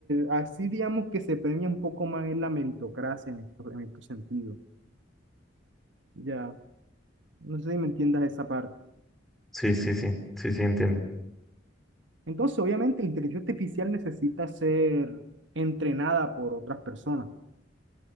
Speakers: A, on the right (about 70°); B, in the centre.
A: así digamos que se premia un poco más en la meritocracia en estos, en estos sentidos. Ya, no sé si me entiendas esa parte.
B: Sí, sí, sí, sí, sí, entiendo.
A: Entonces, obviamente, la inteligencia artificial necesita ser entrenada por otras personas.